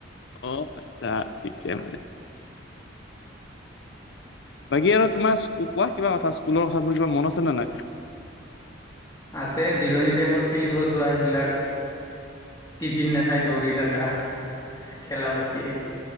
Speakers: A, on the left; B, on the left.
A: অ', আচ্ছা ঠিকে মানে। বাকী আৰু তোমাৰ স্কু কোৱা কিবা কথা স্কুলৰ কথাবোৰ কিবা মন আছেনে নে নাই?
B: আছে জিৰণি টাইমত খেলিব যোৱা সেইবিলাক। টিফিন নাখাই দৌৰি থাকা। খেলা পাতিয়ে